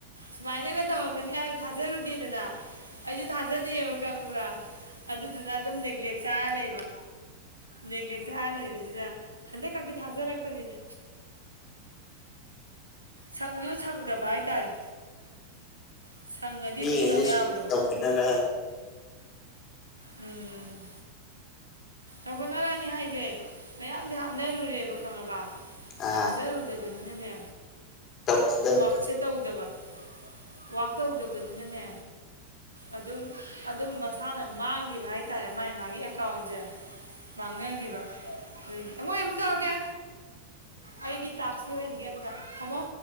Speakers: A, on the right; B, on the left.
A: ꯁꯨꯃꯥꯏꯅꯒ ꯇꯧꯔꯛꯀꯅꯤ ꯍꯥꯏꯕ ꯊꯥꯖꯔꯨꯗꯦꯗꯅ ꯑꯩꯁꯨ ꯊꯥꯖꯗꯦꯕ ꯈꯪꯕ꯭ꯔ ꯑꯗꯨꯗꯨꯅ ꯑꯗꯨꯝ ꯅꯦꯒ꯭ꯂꯦꯛ ꯆꯥꯔ ꯂꯩꯕ ꯅꯦꯛꯂꯦꯛ ꯆꯔ ꯂꯩꯕꯁꯤꯗ ꯍꯟꯗꯛ ꯈꯛꯇ ꯊꯥꯖꯔꯛꯄꯅꯤꯗ
B: <inaudible>
A: ꯁꯪꯁꯨ ꯁꯪꯗꯕ ꯍꯥꯏꯇꯥꯔꯦ ꯁꯪꯉꯗꯤ
B: ꯃꯤ
A: ꯑꯗꯨꯝ
B: ꯈꯩꯁꯦ
A: ꯇꯧ ꯌꯥꯕꯗꯣ
B: ꯁꯨꯝ ꯇꯧꯃꯤꯟꯅꯔꯛ
A: ꯎꯝ ꯍꯧꯒꯠꯂꯛꯑꯅꯦ ꯍꯥꯏꯁꯦ ꯃꯌꯥꯝꯗꯤ ꯍꯥꯞꯅꯔꯨꯔꯦꯕ ꯈꯪꯉꯕ
B: ꯑ
A: ꯊꯥꯖꯔꯨꯗꯕꯅꯤꯅꯅꯦ
B: ꯇꯧꯅꯗꯕꯅꯤ
A: ꯋ꯭ꯥꯔꯛꯁꯦ ꯇꯧꯗꯕ ꯋ꯭ꯔꯥꯛ ꯇꯧꯗꯕꯅꯤꯅꯅꯦ ꯑꯗꯨꯝ ꯑꯗꯨꯝ ꯃꯁꯥꯅ ꯃꯥꯡꯈꯤꯕ ꯍꯥꯏꯇꯥꯔꯦ ꯃꯥꯥꯏ ꯃꯥꯒꯤ ꯑꯦꯀꯥꯎꯟꯁꯦ ꯃꯥꯡꯅꯈꯤꯕ ꯑꯗꯨꯒꯤ ꯑꯩ ꯑꯃꯨꯛ ꯇꯧꯔꯒꯦ ꯑꯩꯒꯤ ꯇꯥꯛꯁ ꯂꯣꯢꯍꯟꯒꯦ ꯑꯝꯇ ꯊꯝꯃꯣ